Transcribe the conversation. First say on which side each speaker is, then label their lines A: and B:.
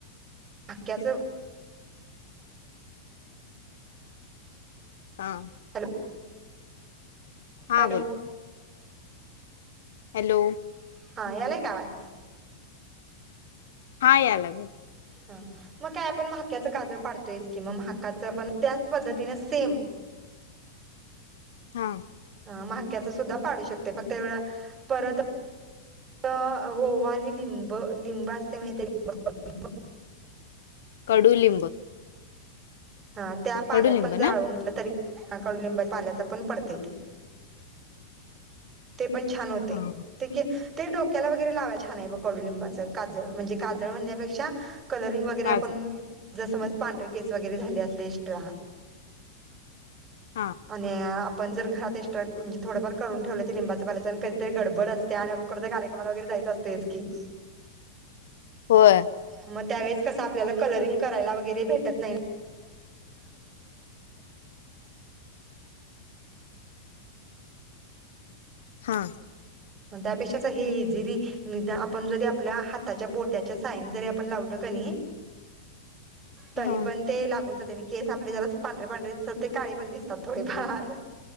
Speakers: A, on the right; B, on the left.
A: माक्याचं
B: हा
A: हॅलो
B: हा
A: हॅलो
B: बोला हॅलो
A: हा यालाय का आवाज?
B: हा यायला बोल
A: हा मग काय आपण मक्याचं काजळ पाडतोयच कि मग म्हकाचं पण त्याच पद्धतीने सेम
B: हा
A: हा मक्याच सुद्धा पाडू शकते फक्त परत हो ओवा आणि लिंब, लिंब असते माहती आहे. <inaudible>
B: कडूलिंब.
A: हा त्या पाल्याच
B: कडुलिंब
A: पण जाळून
B: ना
A: तरी कडुलिंबा पाल्याच पण पडतय ते ते पण छान होते.
B: हा
A: ते ते डोक्याला वगैरे लावायला छान आहे कडुलिंबाचं काजळ म्हणजे काजळ म्हणण्यापेक्षा कलरिंग वगैरे
B: काजू
A: आपण जस पांढरे केस वगैरे झाले असले एक्स्ट्रा
B: हा
A: आणि आपण जर घरात एक्स्ट्रा थोडंफार काढून ठेवले लिंबाचं पाला कधीतरी गडबड असते आणि आपण कुठंतरी कार्यक्रमाला वगैरे जायेत असतेच की
B: होय.
A: मग त्यावेेळेस कसं आपल्याला कलरिंग करायला वगैरे भेटत नाही. <inaudible>
B: हा
A: त्यापेक्षाच हे इझीली नि आपण जरी आपल्या हाताच्या बोट्याच्या साइन जरी आपण लावल का नाही. तरी
B: हा
A: पण ते लागून जाते आणि केस आपले जला पांढरे पांढरे ते काळी पण दि थोडेफार